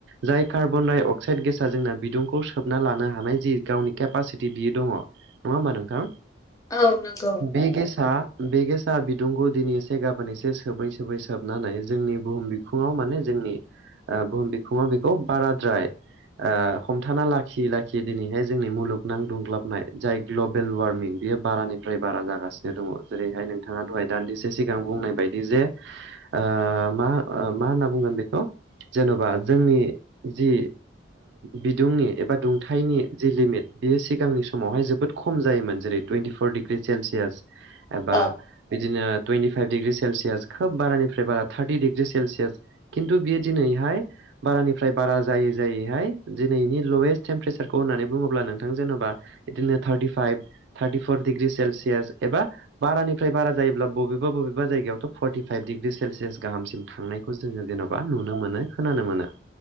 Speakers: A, on the right; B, on the left.
A: जाय कार्बन डाइ अक्साइड गेसा जोंना बिदुंखौ सोबना लानो हानाय जि गावनि केपासिटि बियो दंङ नङा होमबा नोंथां
B: औ नंगौ
A: बे गेस आ बेगेसा बिदुंखौ दिनै एसे गाबोन एसे सोबै सोबै सोबनानै जोंनि बुहुम बिखुङाव माने जोंनि बुहुम बिखुंङा बेखौ बाराद्राय हमथाना लाखियै लाखियै दिनैहाय जोंनि मुलुगनां दुंग्लाबनाय जाय ग्लबेल वार्मिं बियो बारानिफ्राय बारा जागासिनो दंङ जेरैहाय नोंथाङा दहाय दान्दिसे सिगां बुंनाय बायदि जे ओ मा मा होनना बुंगोन बेखौ जेन'बा जोंनि जि बिदुंनि एबा दुंथायनि जि लिमिट बियो सिगांनि समावहाय जोबोद खम जायोमोन जेरै टुइन्टिफर डिग्रि सेलसियास एबा
B: औ
A: बिदिनो तुइनथि थु खोब बारानिफ्राय बारा थार्टि डग्रि सेलसियास खिन्थु बियो दिनैहाय बारानिफ्राय बारा जायै जायैहाय दिनैनि लवेस्ट टेम्पारेसारखौ होननानै बुंङोब्ला नोंथां जेनेबा बिदिनो thirty five thirty four degree Celsius एबा बारानिफ्राय बारा जायोब्ला बबेबा बबेबा जायगायावथ' फर्टिफाइभ डिग्रि सेलसियास गाहामसिम थांनायखौ जोंङो जेन'बा नुनो मोनो खोनानो मोनो